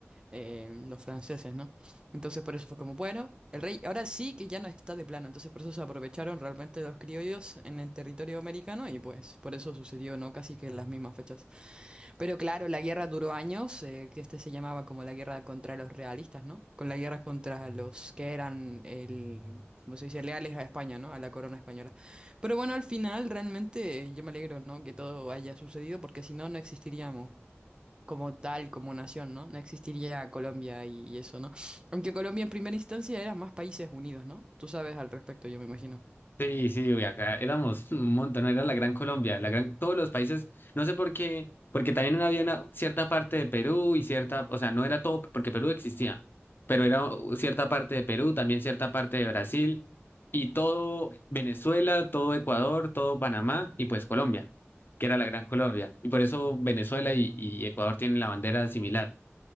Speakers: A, on the right (about 20°); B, on the left (about 50°).
A: eh, los franceses, ¿no? Entonces por eso fue como, bueno, el rey ahora sí que ya no está de plano, entonces por eso se aprovecharon realmente los criollos en el territorio americano y pues por eso sucedió, ¿no? Casi que en las mismas fechas. Pero claro, la guerra duró años, eh, que este se llamaba como la guerra contra los realistas, ¿no? Con la guerra contra los que eran, el, como se dice, leales a España, ¿no? A la corona española. Pero bueno, al final realmente eh, yo me alegro, ¿no? Que todo haya sucedido, porque si no, no existiríamos como tal, como nación, ¿no? No existiría Colombia y, y eso, ¿no? Aunque Colombia en primera instancia era más países unidos, ¿no? Tú sabes al respecto, yo me imagino.
B: Sí, sí, uy, acá éramos un montón, era la Gran Colombia, la gran, todos los países, no sé por qué, porque también no había una cierta parte de Perú y cierta, o sea, no era todo, porque Perú existía, pero era cierta parte de Perú, también cierta parte de Brasil, y todo Venezuela, todo Ecuador, todo Panamá, y pues Colombia, que era la Gran Colombia, y por eso Venezuela y, y Ecuador tienen la bandera similar,